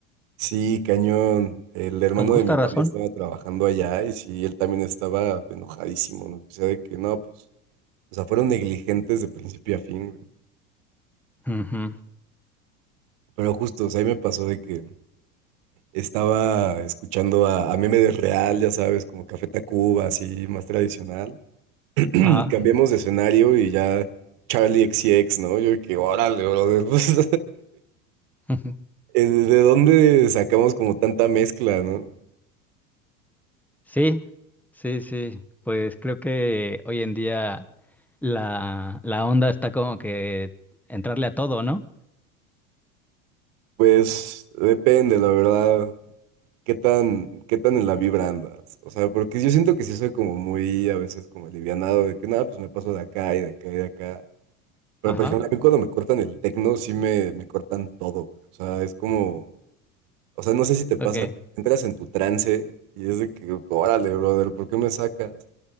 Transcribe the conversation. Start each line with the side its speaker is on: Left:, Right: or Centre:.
Right: Sí, cañón. El hermano
Centre: Con justa
Right: de mi
Centre: razón.
Right: novia estaba trabajando allá y sí, él también estaba enojadísimo, ¿no? O sea, de que no, pues, o sea, fueron negligentes de principio a fin, güey.
Centre: Ujú.
Right: Pero justo, o sea, ahí me pasó de que estaba escuchando a, a Meme de Real, ya sabes, como Café Tacuba, así, más tradicional. <clears throat>
Centre: Ah,
Right: Cambiamos de escenario y ya Charlie X C X, ¿no? Yo de que, órale, brother, <laughs> pues,
Centre: <laughs>
Right: Eh, ¿De dónde sacamos como tanta mezcla, no?
Centre: Sí, sí, sí. Pues creo que hoy en día la, la onda está como que entrarle a todo, ¿no?
Right: Pues depende, la verdad, qué tan, qué tan en la vibra andas. O sea, porque yo siento que sí soy como muy a veces como alivianado de que nada, pues me paso de acá y de acá y de acá. Pero
Centre: Ajá,
Right: por ejemplo, a mí cuando me cortan el tecno, sí me, me cortan todo, güey. O sea, es como, o sea, no sé si te pasa,
Centre: ok.
Right: entras en tu trance y es de que, órale, brother, ¿por qué me sacas?